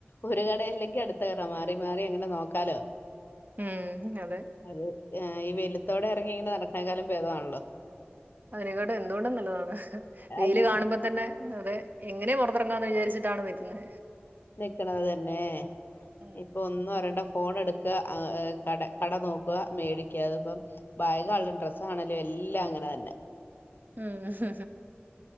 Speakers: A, on the left; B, on the right.
A: ഒരു കട അല്ലെങ്കിൽ അടുത്ത കട മാറി മാറി ഇങ്ങനെ നോക്കാലോ.
B: ഉം അതെ
A: അത് ആ ഈ വെലുത്തോടെ ഇറങ്ങി ഇങ്ങനെ നടക്കേ കാലം ഭേദണല്ലോ.
B: അരിക്കാട്ടും എന്തുകൊണ്ടും നല്ലതാണ് വെയില്
A: അത്
B: കാണുമ്പോ തന്നെ അത് മ് എങ്ങെനെ പൊറെത്ത് ഏറെങ്ങാന്ന് വിചരിച്ചിട്ടാണ് നി ഇന്ന്
A: നിക്ക്ണെത് തെന്നെ.
B: ഉം
A: ഇപ്പൊ ഒന്നും അറിയെണ്ട ഫോൺ എടുക്ക കട കട നോക്ക മേടിക്ക അത് ഇപ്പം ഭാഗണേൽ ഡ്രസ്സാണൽ എല്ലാം അങ്ങനെ ന്നെ
B: ഉം